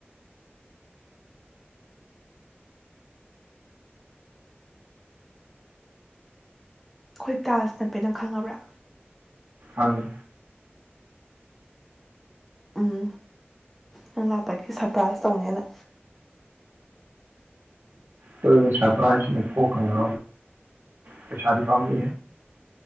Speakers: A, in the centre; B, on the right.
A: ꯑꯩꯈꯣꯏ ꯇꯥꯖ ꯅꯞꯄꯦ ꯅꯪ ꯈꯪꯉꯕ꯭ꯔꯥ
B: ꯑꯗꯨ
A: ꯎꯝ ꯅꯪ ꯂꯥꯛꯄꯒꯤ ꯁꯔꯄ꯭ꯔꯥꯏꯖ ꯇꯧꯅꯦꯅ
B: ꯇꯣꯏꯕ ꯆ꯭ꯔꯥ ꯍꯥꯏ ꯄꯣꯀ ꯉ ꯀꯩꯁꯥꯔꯤ ꯐꯝꯃꯤ